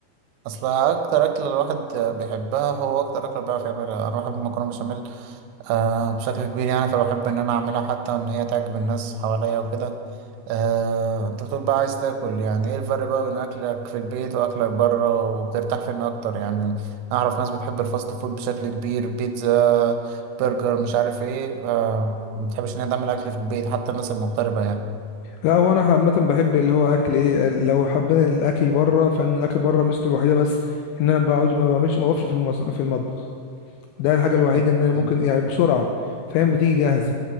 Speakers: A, on the right; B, on the left.
A: اصل اكتر اكل الواحد بيحبها هو اكتر اكل بيعرف يعملها انا بحب المكرونه بشاميل آه بشكل كبير يعني فبحب ان انا اعملها حتى ان هي تعجب الناس حواليا وكده آه انت بتقول بقى عايز تاكل يعني ايه الفرق بقى بين اكلك في البيت واكلك بره وبترتاح فين اكتر يعني اعرف ناس بتحب الفاست فود بشكل كبير بيتزا برجر مش عارف ايه آه ما بتحبش ان هي تعمل اكل في البيت حتى الناس المغتربه يعني
B: لا هو انا عامه بحب اللي هو اكل ايه لو حبينا الاكل بره فان الاكل بره ميزته الوحيده بس ان انا بعوج ما بعملش ما بقفش في المص... في المطبخ ده الحاجة الوحيدة
A: م-
B: ان انا ممكن
A: م-
B: يعني بسرعة فاهم بتيجي جاهزة